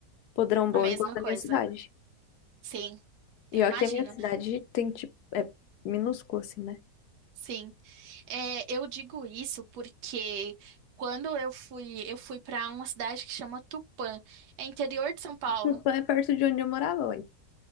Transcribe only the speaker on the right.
a mesma
coisa.
Sim,
eu
imagino.
Sim, É, eu digo isso porque quando eu fui, eu fui para uma cidade que chama Tupã, é interior de São Paulo.